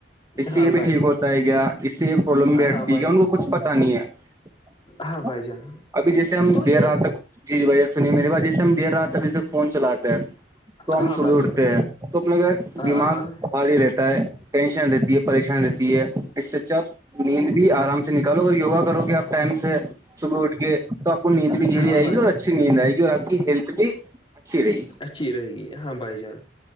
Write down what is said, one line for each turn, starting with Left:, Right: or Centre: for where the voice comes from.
Right: اس سے
Left: ہاں
Right: یہ بھی
Left: بھائی
Right: ٹھیک
Left: جان
Right: ہوتا ہے کیا اس سے یہ پرابلم بھی ہٹھتی
Left: ہاں بھائی
Right: ہے کیا
Left: جان
Right: ان کو کچھ پتا نہیں ہے
Left: ہاں بھائی جان
Right: ابھی جیسے ہم
Left: تو یہ
Right: دیر رات تک جی بھیا سنی میری بات جس سے ہم دیر رہا تبھی سے فون چلاات کے تو ہم
Left: ہاں
Right: صبح
Left: بھائی
Right: اٹھتے
Left: جان
Right: ہیں تو اپنے کا
Left: ہاں
Right: دماغ
Left: ہاں
Right: ب ہی رہتا ہے ٹینشن رہتی ہے پریشانی رہتی ہے اس سے جب نیند بھی آرام سے نکالو اگر یوگا کرو گے آپ ٹائم سے صبح اٹھ کے تو آپ آ کو نیند بھی گھیری
Left: ہاں
Right: آئے
Left: بھائی
Right: گی اور
Left: جان
Right: اچھی نیند آئے گی اور آ کی ہیلتھ بھی اچھی رہےی
Left: اچھی رہے گی ہاں بھائی جان